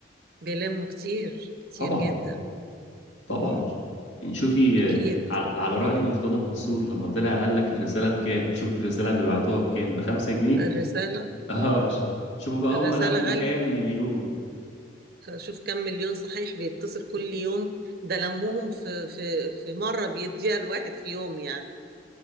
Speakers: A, on the right; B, on the left.
A: بيلموا كتير كتير
B: طبعا
A: جدا
B: طبعا
A: مم.
B: يعني شوفي
A: اكيد
B: آه، على على رأي مرتضى منصور لما طلع قال لك الرسالة بكام شوف الرسالة بيبعتوها بكام بخمسة جنيه
A: الرسالة
B: اه
A: اه
B: ش- شوفوا بقى
A: الرسالة
B: هم لموا
A: غالية
B: كام مليون
A: فشوف كم مليون صحيح بيتصل كل يوم ده لمهم في في في مرة بيديها الواحد في يوم يعني